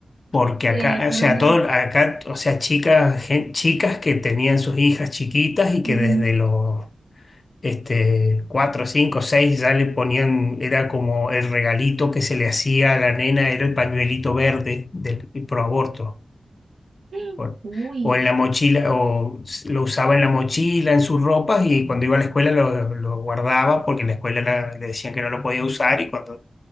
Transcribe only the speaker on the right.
Eh,
por
lo menos.
ujú.
<gasps>
Uy.